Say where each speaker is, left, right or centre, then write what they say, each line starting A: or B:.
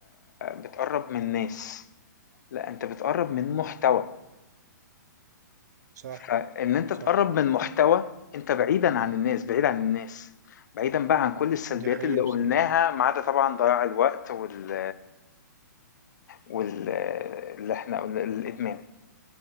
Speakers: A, on the left; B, on the right.
A: بتقرب من ناس لا انت بتقرب من محتوى
B: صح
A: فان انت
B: صح
A: تقرب من محتوى انت بعيدا عن الناس بعيد عن الناس بعيدا بقى عن كل السلبيات
B: دي حقيقة
A: اللي قلناها
B: بصراحة
A: ما عدا طبعا ضياع الوقت وال وال اللي احنا قلنا الادمان